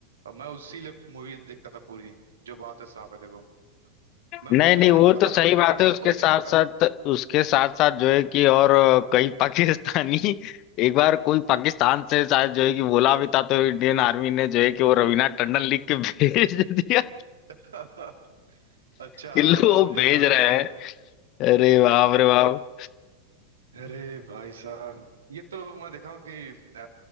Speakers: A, on the right (about 65°); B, on the left (about 40°).
A: और मैं उसी लिए मूवी देखता था पूरी जो बात है साहब है देखो मैं
B: नहीं
A: मूवी
B: नहीं
A: क्या
B: वो
A: देखता था
B: तो
A: मैं
B: सही
A: रवीना
B: बात
A: टंडन
B: है उसके
A: को ही
B: साथ
A: देखता
B: साथ उसके साथ साथ जो है कि और कई पाकिस्तानी <laughs> एक बार कोई पाकिस्तान से शायद जो है कि बोला भी था तो इंडियन आर्मी ने जो है कि वो रवीना टंडन लिख के भेज दिया
A: था <laughs> अच्छा हाँ,
B: कि लो
A: हाँ,
B: वो
A: मुझे
B: भेज
A: याद
B: रहे
A: है याद
B: हैं
A: है
B: अरे बाप रे बाप
A: अरे भाई साहब ये तो मैं देखा हूँ कि अ,